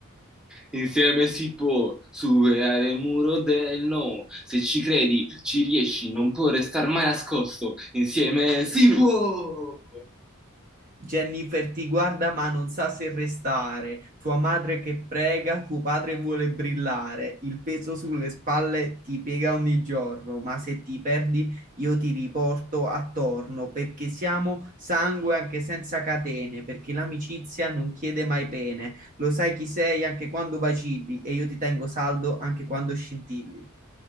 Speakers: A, in the centre; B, on the right.
A: Insieme si può superare il muro del no. Se ci credi, ci riesci, non può restare mai nascosto. Insieme si può.
B: Jennifer ti guarda ma non sa se restare. Tua madre che prega, tuo padre vuole brillare. Il peso sulle spalle ti piega ogni giorno, ma se ti perdi io ti riporto attorno, perché siamo sangue anche senza catene, perché l'amicizia non chiede mai pene. Lo sai chi sei anche quando vacilli e io ti tengo saldo anche quando scintilli.